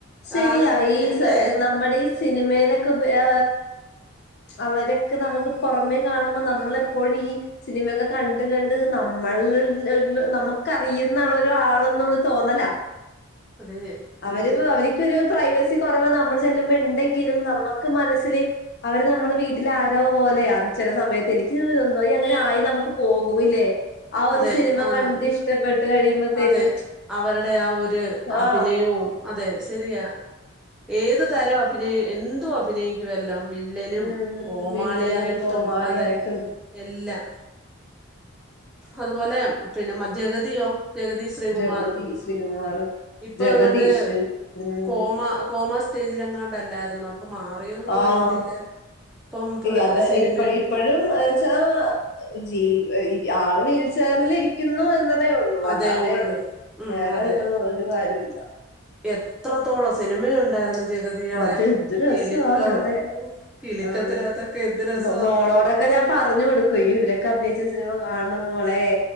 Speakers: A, on the left; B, in the centre.
A: ശരിയാ
B: ആ സിനിമ
A: ഈ
B: അല്ലേ
A: നമ്മുടെ ഈ സിനിമയിലൊക്കെ ഏ അവരൊക്കെ നമുക്ക് പുറമെ കാണുമ്പോ നമ്മളെപ്പോഴും ഈ സിനിമയൊക്കെ കണ്ട കണ്ട് നമ്മ നമ്മള നമുക്കറിയുന്ന ആ ഒരു ആളന്നൊന്ന തോന്നല
B: അതെ
A: അവര്
B: സത്യം
A: അവർക്കൊരു പ്രൈവസി കുറവ നമ്മൾ ചെല്ലുമ്പോ ഉണ്ടെങ്കിലും നമ്മുക്ക് മനസ്സിൽ അവര് നമ്മള് വീട്ടിൽ ആരോ പോലെയ ചില സമയത്ത് എനിക്ക് തന്ന അങ്ങനെ ആയി നമുക്ക് പോകൂലേ ആ ഒരു
B: അതെ
A: സിനിമ
B: ആന്ന്
A: കണ്ട് ഇഷ്ടപ്പെട്ട് കഴിയുമ്പോത്തേക്കും
B: അതെ അവരുടെ ആ ഒരു അഭിനയവും
A: ആ
B: അതെ ശരിയാ ഏത് തരം അഭിനയി എന്തും അഭിനയിക്കുവുമല്ലോ വില്ലനും
A: ഉം
B: കോമാളിയായിട്ടും
A: വില്ലനും കോമാളിയായിട്ടും
B: അതെ എല്ലാം അതുപോലെ പിന്നെ ജഗതിയോ ജഗതി ശ്രീകുമാർ
A: ജഗതി ശ്രീകുമാർ
B: ഇപ്പൊ
A: ജഗദീഷ്
B: എങ്ങാണ്ട്
A: ഉം
B: കോമ കോമാ സ്റ്റേജില എങ്ങാണ്ടല്ലായിരുന്നോ അപ്പൊ മാറിയോന്നൊന്നും
A: ആഹ്
B: അറിയത്തില്ല ഇപ്പം പുള്ളിക്ക
A: അത്
B: സിനിമ
A: ഇപ്പ ഇപ്പോഴുംച്ചാ ജീ ആള് വീൽചേരൽരിക്കുന്നു എന്ന അ ഉള്ളൂ
B: അതേ
A: അല്ലാതെ
B: ഉള്ളു ഉം
A: വേറെ
B: അതെ
A: ഇത് ഒരു കാര്യമില്ല
B: എത്രത്തോളം സിനിമയ ഉണ്ടായിരുന്ന്‌ ജഗതിട
A: അതെ എന്ത് രസാ
B: കിലുക്കം
A: ആ ജത
B: കിലുക്കത്തിനോക്കെ
A: ആഹ്
B: എന്ത് രസ
A: മോളോടൊക്കെ ഞാൻ പറഞ്ഞു കൊടുക്കുവ ഇവരൊക്കെ അഭിനയിച്ച സിനിമ കാണണം മോളെ